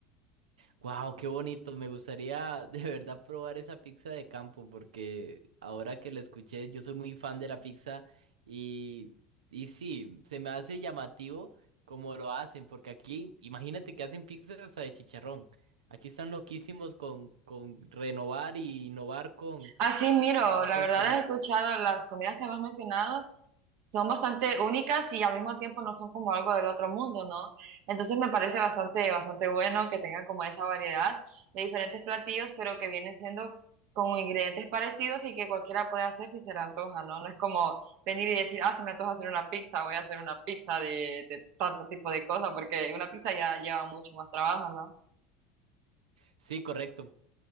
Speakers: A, on the right (about 80°); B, on the right (about 60°).
A: Wow, qué bonito. Me gustaría de verdad probar esa pizza de campo porque ahora que lo escuché, yo soy muy fan de la pizza y, y sí, se me hace llamativo como lo hacen, porque aquí, imagínate que hacen pizzas hasta de chicharrón. Aquí están loquísimos con, con renovar y innovar con
B: Así, miro, la
A: pizzas.
B: verdad he escuchado las comidas que me has mencionado son bastante únicas y al mismo tiempo no son como algo del otro mundo, ¿no? Entonces me parece bastante, bastante bueno que tengan como esa variedad de diferentes platillos, pero que vienen siendo con ingredientes parecidos y que cualquiera puede hacer si se le antoja, ¿no? No es como venir y decir, ah, se me antoja hacer una pizza, voy a hacer una pizza de, de tanto tipo de cosas, porque una pizza ya lleva mucho más trabajo, ¿no?
A: Sí, correcto.